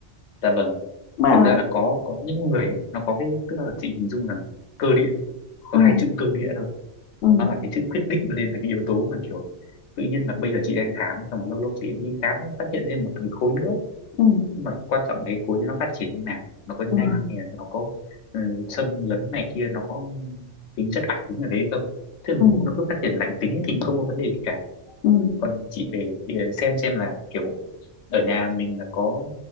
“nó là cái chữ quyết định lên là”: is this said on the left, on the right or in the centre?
Left